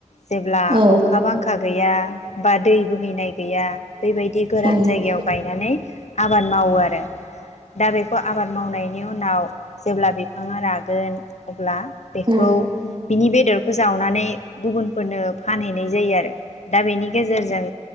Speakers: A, on the left; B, on the right.
A: जेब्ला
B: औ
A: अखा बांखा गैया। बा दै बोहैनाय गैया। बेबायदि गोरान
B: औ
A: जायगायाव। बायनानै आबाद मावो आरो दा बेखौ आबाद मावनायनि बेनि उनाव जेब्ला बिफांङा रागोन अब्ला बेखौ
B: औ
A: बिनि बेदरखौ जावनानै गुबुनफोरनो फानहैनाय जायो आरो दा बेनि गेजेरजों